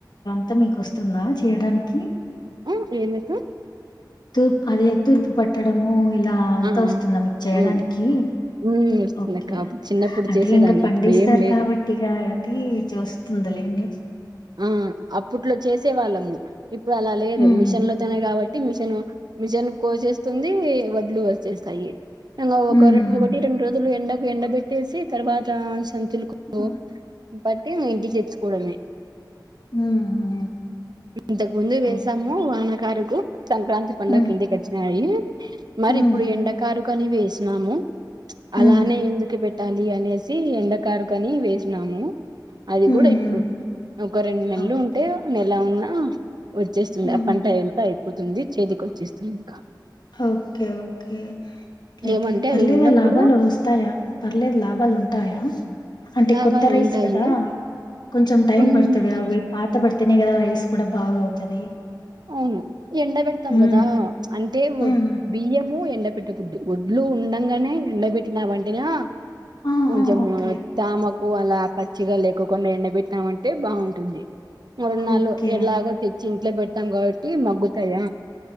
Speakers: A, on the left (about 65°); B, on the right (about 65°).
A: త్త మీకోస్తుందా చేయడానికి
B: ఆ ఎందుకు
A: తూప్ అదే తూర్పు పట్టడము ఇలా అంతా
B: ఆ
A: వస్తుందా మీకు చేయడానికి
B: ఉమ్ హ్మ్. ఏడుస్తుందక్క.
A: ఓకే
B: అప్పుడు చిన్నప్పుడు
A: అంటే
B: చేసేదాన్ని.
A: ఇంకా పండిస్తారు
B: ఇప్పుడు ఏం లేదు.
A: కాబట్టి ఇగ అది చూస్ ందిలేండి
B: ఆ అప్పట్లో చేసే వాళ్ళము ఇప్పుడు అలా లేదు
A: హ్మ్.
B: మిషన్ లోతోనే కాబ ట్టి మిషన్ మిషన్ కోసేస్తుంది వడ్లు వచ్చేస్తాయి తంగా
A: హ్మ్.
B: ఒక ఒకటి రెండు రోజులు ఎండకు ఎండ పెట్టేసి తర్వాత సం లుకు
A: హ్మ్.
B: బట్టి మీ ఇంటికి తెచ్చుకోవడమే
A: హ్మ్. హ్మ్.
B: ఇంతకు ముందె వేసాము
A: ఓహ్!
B: వానకారుగు సంక్రాంతి పండుగకి
A: హ్మ్.
B: ఇంటికి వచ్చినాయి మరి
A: హ్మ్.
B: ఇప్పుడు ఎండకారు కని వేసినాము
A: హ్మ్.
B: అలానే ఎందుకు పెట్టాలి అనేసి ఎండకారు కని వేసినాము అది
A: హ్మ్.
B: కూడా ఇప్పుడు
A: హ్మ్.
B: ఒక రెండు నెల్లు
A: ఓహ్!
B: ఉంటే నెలా ఉన్నా వచ్చేస్తుంది
A: హ్మ్.
B: ఆ పంట ఎంత అయిపోతుంది చేతికోచ్చేస్తుంది ఇంకా
A: ఓకే ఓకే ట్లైతే
B: ఏమంటే
A: పర్లేదా
B: అది ఉన్నప్పుడు
A: లాభాలు వస్తాయా పర్లేదు లాభాలు ఉంటాయా అంటే
B: లాభాలు
A: కొత్త రైస్
B: ఉంటాయి
A: కదా కొంచెం టైమ్
B: ఉంటాయి
A: బడ్తది అవి పాత బడ్తానే కదా రైస్ కూడాబాగా అవుతది
B: అవును ఎండ పెడతాం
A: ఉమ్
B: కదా అంటే ఓడ్
A: ఉమ్
B: బియ్యం ము ఎండ పెట్టకూడదు ఒడ్లు ఉండంగానే ఎండ పెట్ ట్టినమంటేనా
A: ఆహా
B: కొంచెం
A: ఓకే
B: తామకు అలా పట్ చ్చిగా లేకోకుండా ఎండబెట్టినమంటే బాగుంటుంది మూరున్నాలు
A: ఓకే
B: ఎలాగో తెచ్చి ఇంట్లో పెట్ త్తం కాబట్టి మగ్గుతాయ